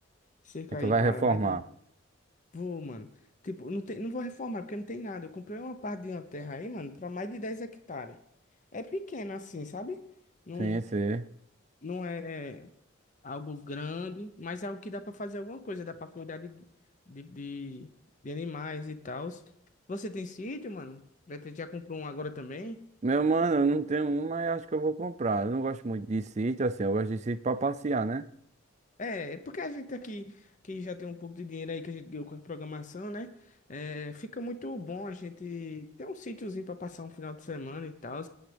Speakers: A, on the left; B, on the right.
A: cerca
B: E tu
A: aí
B: vai
A: pra
B: reformar?
A: mais de. Vou, mano. Tipo, não tem, não vou reformar porque não tem nada. Eu comprei uma parte de uma terra aí, mano, pra mais de 10 hectares. É pequeno assim, sabe? Não,
B: Sim, sim.
A: não é. algo grande, mas é algo que dá pra fazer alguma coisa, dá pra cuidar de, de, de, de animais e tal. Você tem sítio, mano? Vai ter- Já comprou um agora também?
B: Meu mano, eu não tenho um, mas acho que eu vou comprar. Eu não gosto muito de sítio, assim, eu gosto de sítio pra passear, né?
A: É, é porque a gente aqui, que já tem um pouco de dinheiro aí que a gente deu com a programação, né? É, fica muito bom a gente ter um sítiozinho pra passar um final de semana e tal.